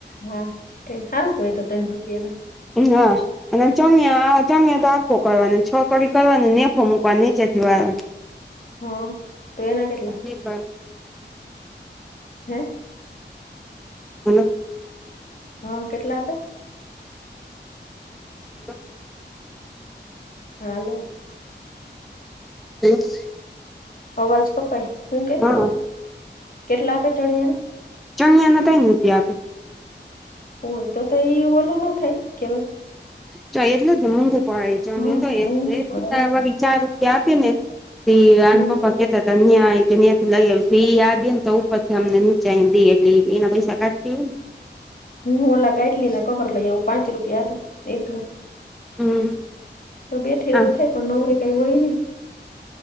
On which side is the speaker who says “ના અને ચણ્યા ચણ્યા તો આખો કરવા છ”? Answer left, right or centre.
Centre